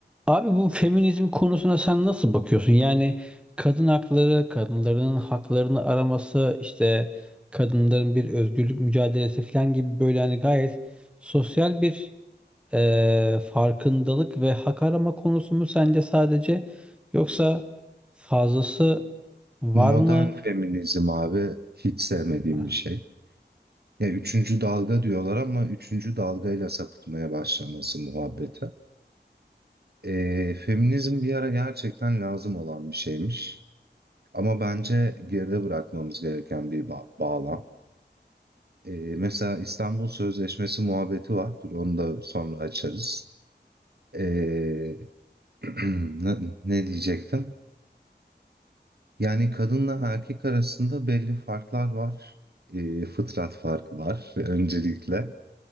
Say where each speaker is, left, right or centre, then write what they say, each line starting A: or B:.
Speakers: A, in the centre; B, on the right (about 60°).
A: Abi bu feminizm konusuna sen nasıl bakıyorsun? Yani kadın hakları, kadınların haklarını araması, işte kadınların bir özgürlük mücadelesi falan gibi böyle hani gayet sosyal bir eee, farkındalık ve hak arama konusu mu sence sadece? Yoksa fazlası var
B: Modern
A: mı?
B: feminizm abi hiç sevmediğim
A: Heh.
B: bir şey. Ya üçüncü dalga diyorlar ama üçüncü dalgayla sapıtmaya başlaması muhabbete. Ee, feminizm bir ara gerçekten lazım olan bir şeymiş. Ama bence geride bırakmamız gereken bir ba- bağlam. Ee, mesela İstanbul Sözleşmesi muhabbeti var. Dur onu da sonra açarız. Ee, <clears throat> ne ne diyecektim? Yani kadınla erkek arasında belli farklar var. Eee, fıtrat farkı var <laughs> öncelikle.